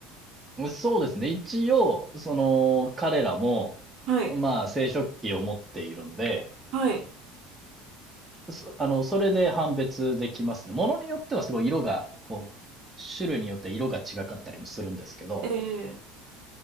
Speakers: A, on the right (about 15°); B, on the right (about 55°).
A: そうですね。一応、その、彼らも、
B: はい。
A: まあ、生殖器を持っているんで、
B: はい。
A: そあの、それで判別できますね。ものによってはすごい色が、こう、種類によって色が違かったりもするんですけど、
B: ええ。